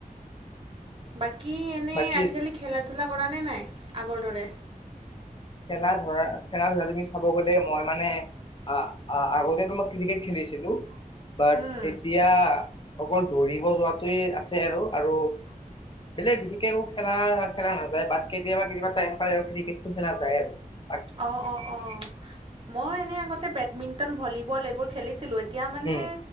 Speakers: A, on the right; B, on the left.
A: বাকী এনে
B: বাকী
A: আজিকালি খেলা, লা কৰা নে নাই আগৰ দৰে?
B: খেলা ধৰা খেলা ধৰা তুমি চাব গলে মই মানে, আহ আ আগতে তো মই ক্ৰিকেট খেলিছিলো বাট
A: উম
B: এতিয়া অকল দৌৰিব যোৱাটোৱে আছে আৰু, আৰু বেলেগ বিশেষকে খেলা খেলা নাযায় বাট কেতিয়াবা কেতিয়াবা টাইম পায় আৰু ক্ৰিকেটো, <unintelligible>
A: অঁ অঁ অঁ মই এনেই আগতে বেডমিণ্টন ভলীবল এইবোৰ খেলিছিলোঁ। এতিয়া মানে
B: উম